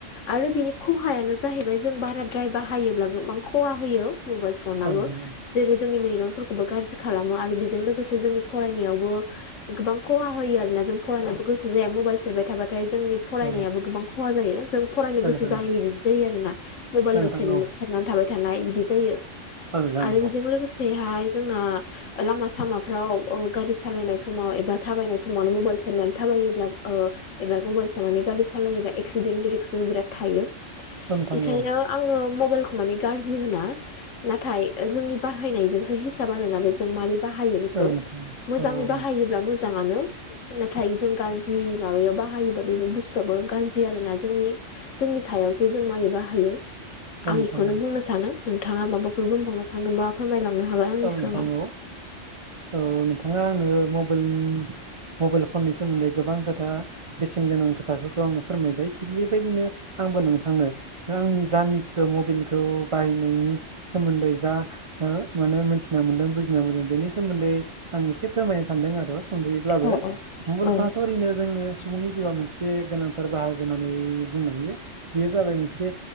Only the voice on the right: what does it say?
औ नोंथां औ
औ
नोंथां
औ नोंथां
औ
औ नोंथां
औ
औ नोंथां
औ
औ नोंथां औ नोंथां
औ
नोंथां
औ नोंथां
औ औ नोंथाङा आंनो मब <unintelligible> मबाइल फननि सोमोन्दै गोबां खोथा बेसेन गोनां खोथाफोरखौ आंनो फोरमायबाय थिग बेबायदिनो आंबो नोंथांनो <unintelligible> आंनि जा मिथिगौ मबेलखौ बाहायनायनि सोमोन्दै जा ओ मानो मोनथिना मोन्दों बुजिना मोनदों बेनि सोमोन्दै आं एसे फोरमायनो सान्दों आरो सुंद'यैब्लाबो
मबाइल
फनाथ' ओरैनो जोंनो सुबुंनि जिउआ मोनसे गोनांथार बाहागो होननानै बुंनो हायो। बेयो जाबाय मोनसे